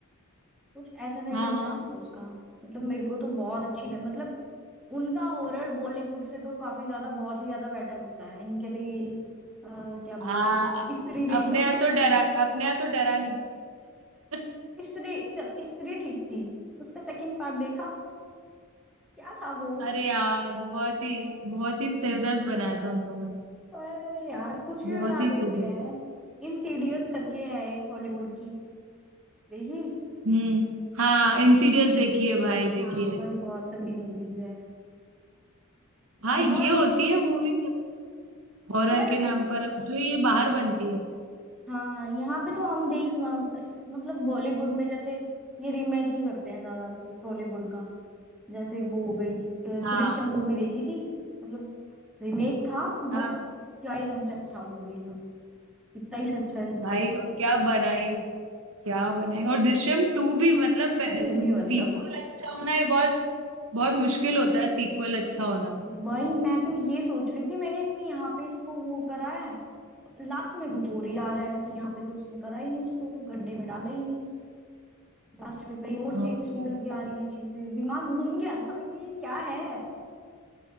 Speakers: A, in the centre; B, on the right (about 65°).
A: कुछ ऐसा सही
B: हाँ
A: कंसेप्ट
B: हाँ
A: है उसका मतलब मेरे को तो बहुत अच्छी लग मतलब उनका हॉरर बॉलीवुड से तो काफी ज्यादा बहुत ही ज्यादा बेटर होता है इनके तो ये अ, क्या
B: हाँ
A: बोलते हैं स्त्री देख
B: अपने
A: लो
B: यहाँ तो डरा अपने यहाँ तो डरा नहीं <laughs>
A: स्त्री चलो स्त्री ठीक थी उसका सेकंड पार्ट देखा क्या था वो
B: अरे यार बहुत ही बहुत ही सिरदर्द बनाया था उन लोगों ने
A: अरे यार कुछ
B: बहुत
A: भी बना
B: ही
A: देते
B: सिरदर्द
A: हैं इंसीडियस करके है एक हॉलीवुड की देखी
B: हम्म हाँ इंसीडियस देखी है भाई देखी
A: हाँ
B: है
A: भाई बहुत तगड़ी मूवीज है
B: हाँ
A: बहुत
B: ये होती है मूवी हॉरर
A: यार
B: के नाम पर जो ये बाहर बनती है
A: हाँ यहाँ पे तो हम देख हम, मतलब बॉलीवुड में जैसे ये रीमेक ही करते हैं ज्यादा तो टॉलीवुड का जैसे वो हो गई अ,
B: हाँ
A: दृश्यम मूवी देखी थी मतलब रीमेक था
B: हाँ
A: बट क्या ही कंसेप्ट था मूवी का कितना ही सस्पेंस
B: भाई
A: था उसमें
B: और क्या बनाई क्या बनाई और दृश्यम टू भी मतलब
A: टू भी मतलब
B: सीक्वल अच्छा होना ये बहुत बहुत मुश्किल होता है सीक्वल अच्छा होना
A: वही मैं तो ये सोच रही थी मैं क्या इसने यहाँ पे इसको वो करा है लास्ट में कुछ और ही आ रहा है कि यहाँ पे तो उसने करा ही नहीं उसको गड्ढे में डाला ही नहीं लास्ट में कहीं और से
B: हाँ
A: ही कुछ
B: भाई
A: निकल के आ रही है चीजें दिमाग घूम गया था मैं कि ये क्या है